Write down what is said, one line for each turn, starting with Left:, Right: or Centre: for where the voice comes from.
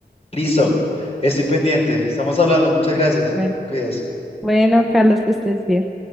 Left: listo, estoy pendiente, estamos hablando, muchas gracias,
Centre: Bueno.
Left: te cuidas.
Centre: Bueno, Carlos, que estés bien.